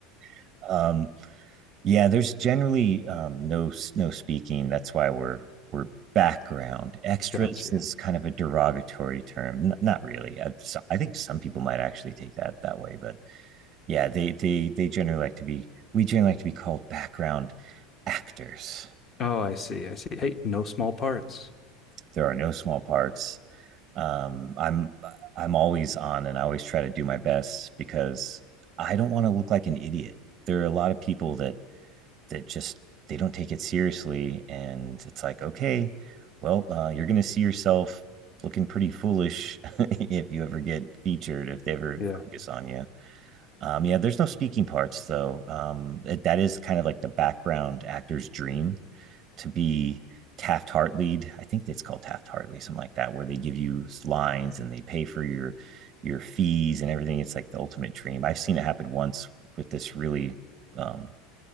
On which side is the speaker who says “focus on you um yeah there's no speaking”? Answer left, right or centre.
Right